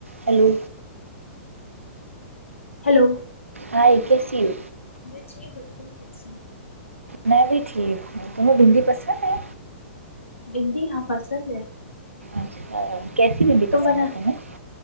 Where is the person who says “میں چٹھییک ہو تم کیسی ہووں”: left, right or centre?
Left